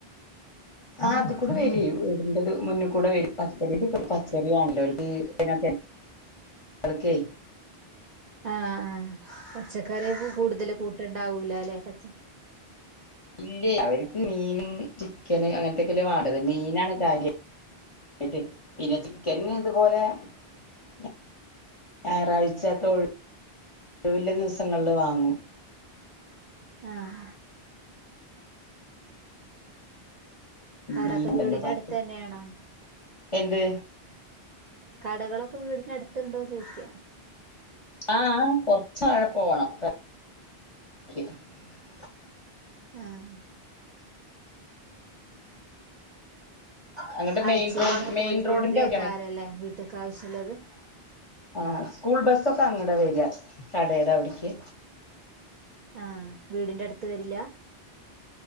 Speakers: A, on the left; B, on the right.
A: ആ അത് കൂടെ വര വീടിന്റെ മുന്നിൽ കൂടെ വരും പച്ചറിറെ പച്ചറ ആണല്ലോ അവർക്ക് ഇൊക്കെളക്ക
B: ആഹ ആഹ് പച്ചക്കറിയ പോൂ കൂടുതല് കൂട്ടുണ്ടാവൂല്ല ല്ലെ സച്ചി
A: ഇല്ലേ അവര്ക്ക് മീന് ചിക്കന് അങ്ങനത്തക്കെല്ലേ വാണ്ടത് മീനാണ് കാര്യാ യിട്ട് പിന്നെ ചിക്കന് ഇതുപോലെ ഞാ ഞായറാഴ്ച്ചത്തെ ഒഴിവുള്ള ദിവസങ്ങളില് വാങ്ങും
B: ആഹ് ആടൊക്കെ
A: മീൻ ഉണ്ടല്ലോ
B: വീടിന്റെ
A: പത്ത്
B: അടുത്ത് തന്നെയാണോ
A: എന്ത്
B: കടകളൊക്കെ വീടിന് അടുത്തുണ്ടോ ചോദിക്കാ
A: ആ ആ കൊറച്ചാഴെ പോണം <unintelligible>
B: ആഹ്
A: അങ്ങോട്ട്
B: ആഴ്ച്ചേല്
A: മെയിൻ റോഡ്
B: ഇങ്ങനെ
A: മെയിൻ
B: പോയി കൊണ്ട്‌
A: റോഡിന്റെ അവിടെയാണ്
B: ക്കാര്ല്ലേ വീട്ട്ക്ക് ആവശ്യള്ളത്
A: ആ സ്കൂൾ ബസ്സൊക്കെ അങ്ങട വരിയാ കടെട അവിടക്ക്
B: ആ വീടിന്റെ അടുത്ത് വരില്ല